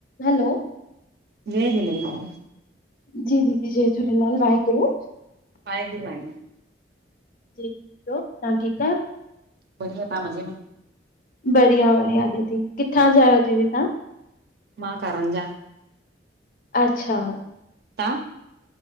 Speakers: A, on the left (about 50°); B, on the right (about 60°).
A: हलो
B: जय झूलेलाल
A: जी दीदी जय झूलेलाल, वाहेगुरुू
B: वाहेगुरु -वाहेगुरु
A: जी, तां ठीकु आयो?
B: बढ़िया, तां मजे में?
A: बढ़िया बढ़िया दीदी, किथां जाआयो दीदी त्हां?
B: मां कारंजा।
A: अच्छा
B: तां?